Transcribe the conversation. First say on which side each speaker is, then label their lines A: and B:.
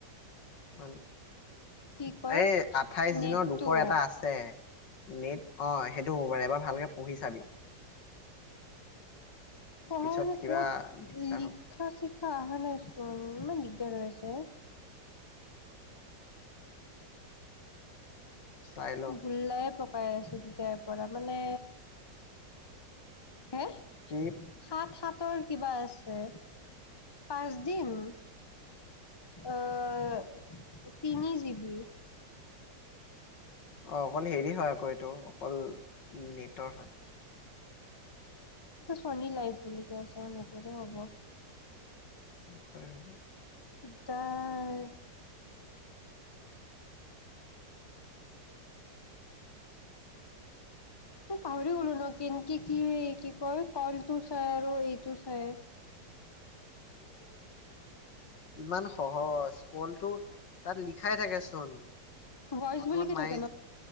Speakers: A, on the left; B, on the left.
A: আৰু <unintelligible>
B: কি কয়
A: এই আঠাইশ
B: নেটটো
A: দিনৰ দুখৰ এটা আছে। নেট অ সেইটো হ'ব পাৰে এবাৰ ভালকে পঢ়ি চাবি।
B: পঢ়ানে
A: পিছত কিবা
B: ক'ত
A: দিগদাৰ
B: লিখা-
A: হ'ব
B: চ অহা নাই চোন ইমান দিগদাৰ হৈ আছে।
A: চাই ল
B: গোল্লাই প পাই আছো তেতিয়াৰ পৰা মানে, হে
A: কি
B: সাত সাত তৰ কিবা আছে, পাঁচদিন আহ তিনি জিবি।
A: অ অকল হেৰি হয় আকৌ ত অকল নেটৰ হয়।
B: চনী লাইফ বুলি কয় চা নেটকে হ'ব।
A: এইটে হ'ব।
B: দিগদাৰ। তই পাহৰি গ'লো ন কেনকে কি কি কয় কলটো চাই আৰু এইটো চাই।
A: ইমান সহজ, কলটো তাত লিখাই থাকেচোন।
B: ভইচ
A: প্ৰথমত
B: বুলি কি
A: মায়ে
B: থাকে